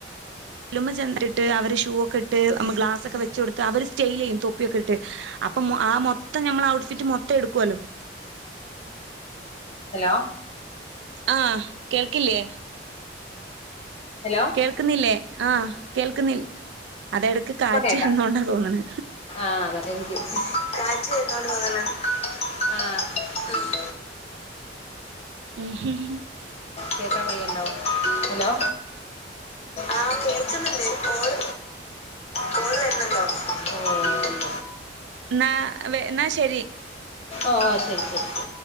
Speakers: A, on the right (about 75°); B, on the left (about 35°).
A: ലുമ്മ ചെന്ന് ഇട്ട് അവര് ഷൂ ഒക്കെ ഇട്ട് നമ്മ് ഗ്ലാസൊക്കെവെചൊട്ത്ത് അവര് സ്റ്റെലിയ്യും തൊപ്പിയൊക്കെ ഇട്ട് അപ്പൊ മൊ ആമൊത്തം ഞമ്മള് ഔട്ട്ഫിറ്റ് മൊത്തംഎടുക്ക്വലോ
B: ഹലോ
A: ആഹ് കേൾക്കില്യേ
B: ഹലോ
A: കേൾക്ക്ന്നില്ലേ ആഹ് കേൾക്ക്ന്നി അതെടക്ക് കാറ്റ്
B: ഇപ്പൊ കേക്കാം
A: എന്നോണ്ടാതോന്ന്ണ്
B: ആഹ് അതായിരിക്യും കാറ്റ് വർനോണ്ട്ന്ന് പർഞ്ഞാ ആഹ്
A: ആ ഹ <unintelligible>
B: കേൾക്കാൻ കയ്യ്ണ്ടോ ഹലോ ആഹ് കേൾക്ക്‌ന്ണ്ട് കോള് കോള് വെര്ന്ണ്ടോ ആഹ്
A: ന്നാ വെ ന്നാശെരി
B: ഓ ശെരി ശരി